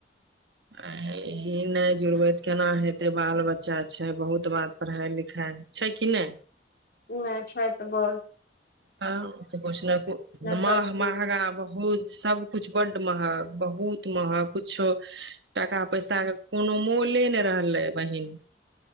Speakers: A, on the right (about 80°); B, on the left (about 60°).
A: आ ई नइ जुड़बै तऽ केना हेतै बाल बच्चा छै बहुत बात पढ़ाइ लिखाइ छै कि नहि
B: नहि छै तऽ बड़
A: हँ त कुछ न कुछ मह
B: सब कुछ
A: महगा बहुत सबकुछु बड महग बहुत महग कुछो टाका पैसा के कोनो मोले नइ रहलै बहिन